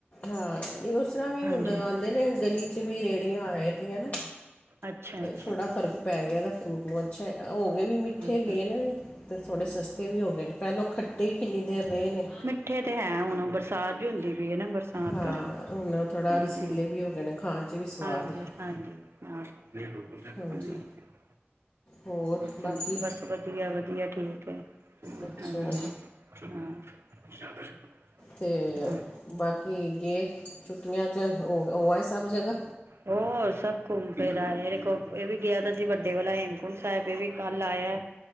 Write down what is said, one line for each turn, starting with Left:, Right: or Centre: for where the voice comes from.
Left: ਹਾਂ, ਨਹੀਂ ਉਸ ਤਰ੍ਹਾਂ ਵੀ
Right: ਹਾਂਜੀ
Left: ਹੁਣ ਆਉਂਦੇ ਨੇ ਗਲੀ ਚ ਵੀ ਰੇਹੜੀਆਂ ਆ ਜਾਂਦੀਆਂ ਨਾ।
Right: ਅੱਛਾ ਅੱਛਾ
Left: ਥੋੜ੍ਹਾ ਫਰਕ ਪੈ ਗਿਆ ਇਹਦਾ ਫਰੂਟ ਨੂੰ ਅੱਛਾ ਹੋ ਗਏ ਵੀ ਮਿ, ਮਿੱਠੇ
Right: ਅੱਛਾ
Left: ਹੋ ਗਏ
Right: ਹੂੰ।
Left: ਨੇ ਤੇ ਥੋੜੇ ਸਸਤੇ ਵੀ ਹੋ ਗਏ ਨੇ ਪਹਿਲ ਖੱਟੇ ਈ ਕਿੰਨੀ ਦੇਰ ਰਹੇ ਨੇ।
Right: ਖੱਟੇ ਤੇ ਹੈ ਹੁਣ ਬਰਸਾਤ ਜੋ ਹੁੰਦੀ। <unintelligible> ਬਰਸਾਤ
Left: ਹਾਂ
Right: ਕਰਨ
Left: ਹੁਣ ਥੋੜਾ
Right: ਹਾਂਜੀ
Left: ਰਸੀਲੇ ਵੀ ਹੋ ਗਏ ਨੇ ਖਾਣ 'ਚ ਵੀ ਸਵਾਦ
Right: ਹਾਂਜੀ
Left: ਹੈ।
Right: ਹਾਂਜੀ। ਹਾਂ ਨਹੀਂ
Left: ਹਾਂਜੀ
Right: <unintelligible>
Left: ਹੋਰ, ਬਾਕੀ
Right: ਚਲੋ ਬਸ ਵਧੀਆ ਵਧੀਆ ਠੀਕ ਐ
Left: ਅੱਛਾ
Right: ਹਾਂਜੀ। <unintelligible>
Left: ਤੇ
Right: ਹੋਰ
Left: ਬਾਕੀ ਗਏ ਛੁੱਟੀਆਂ ਚ ਓ ਐ ਸਭ ਜਗ੍ਹਾ।
Right: ਹੋਰ ਸਭ ਘੁੰਮ ਫਿਰ ਆਏ ਇਹ ਵੀ ਗਿਆ ਤਾਂ ਸੀ ਵੱਡੇ ਵਾਲਾ ਹੇਮਕੁੰਟ ਸਾਹਿਬ ਇਹ ਵੀ। ਕੱਲ ਆਇਆ